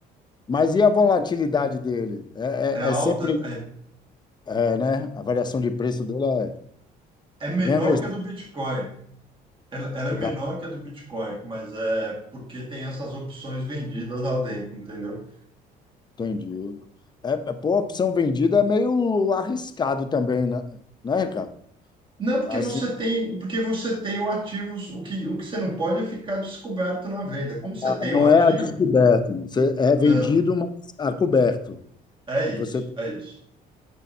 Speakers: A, on the left (about 25°); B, on the right (about 30°).
A: mas e a volatilidade dele? É,
B: É alta,
A: é- é sempre,
B: é,
A: é, né? A variação de preço dele é
B: é menor
A: Bem agressivo,
B: que a do Bitcoin. Ela, ela é menor
A: tá?
B: que a do Bitcoin, mas é porque tem essas opções vendidas lá dentro, entendeu?
A: Entendi. É, é, pô, opção vendida é meio arriscado também, né, né, Ricardo?
B: Não, porque
A: Assim,
B: você tem, porque você tem o ativo, o que, o que você não pode é ficar descoberto na venda. Como você
A: a-
B: tem
A: não
B: o ativo,
A: é a descoberto. Você é vendido,
B: não,
A: mas a coberto.
B: é isso,
A: Você.
B: é isso.